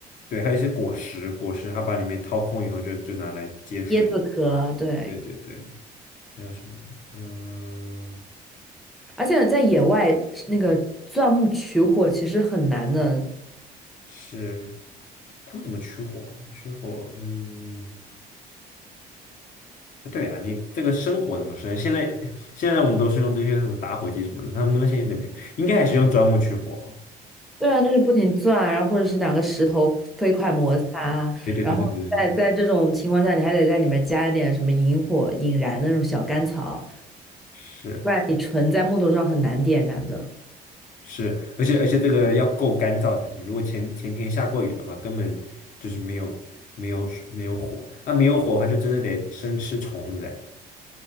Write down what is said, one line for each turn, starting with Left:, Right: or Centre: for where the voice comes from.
Left: 对，还有一些果实，果实它把里面掏空以后就就拿来接水。
Centre: 椰子壳，对。
Left: 对对对。还有什么？嗯，
Centre: 而且在野外，那个钻木取火其实很难的。
Left: 是他们怎么取火啊？取火，嗯，对啊，你这个生火怎么生？现在现在我们都是用这些什么打火机什么的，他们那边现在那边应该还是用钻木取火哦。
Centre: 对啊，就是不停钻，然后或者是两个石头飞快摩擦，
Left: 对对对对对对，
Centre: 然后在在这种情况下，你还得在里面加一点什么引火、引燃的那种小甘草，
Left: 是
Centre: 不然你纯在木头上很难点燃的。
Left: 是，而且而且这个要够干燥才行。如果前前天下过雨的话，根本就是没有没有没有火，那、没有火的话，就真的得生吃虫子。